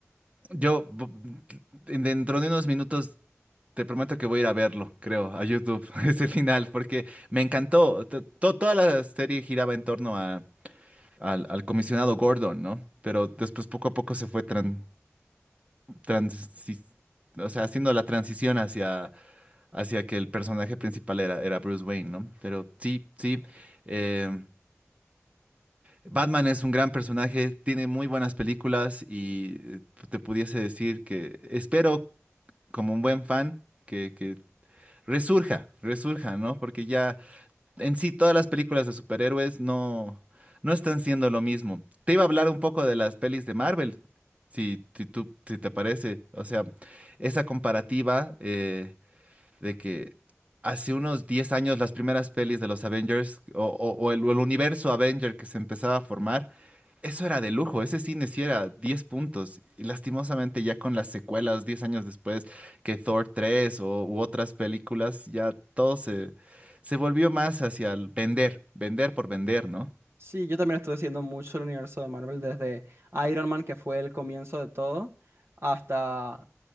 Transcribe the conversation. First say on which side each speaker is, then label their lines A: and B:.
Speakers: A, on the right; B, on the right.
A: Yo, bu- en- dentro de unos minutos, te prometo que voy a ir a verlo, creo, a YouTube, <laughs> ese final, porque me encantó. To- to- toda la serie giraba en torno a, al, al comisionado Gordon, ¿no? Pero después, poco a poco, se fue tran, transi- o sea, haciendo la transición hacia hacia que el personaje principal era, era Bruce Wayne, ¿no? Pero sí, sí. eh, Batman es un gran personaje, tiene muy buenas películas y eh, te pudiese decir que espero, como un buen fan, que, que resurja, resurja, ¿no? Porque ya en sí todas las películas de superhéroes no, no están siendo lo mismo. Te iba a hablar un poco de las pelis de Marvel, si, si tú, si te parece. O sea, esa comparativa. eh, de que hace unos 10 años las primeras pelis de los Avengers o, o- o el, o el universo Avenger que se empezaba a formar, eso era de lujo, ese cine sí era 10 puntos. Y lastimosamente ya con las secuelas 10 años después que Thor tres o, u otras películas, ya todo se, se volvió más hacia el vender, vender por vender, ¿no?
B: Sí, yo también estuve siguiendo mucho el universo de Marvel desde Iron Man, que fue el comienzo de todo, hasta,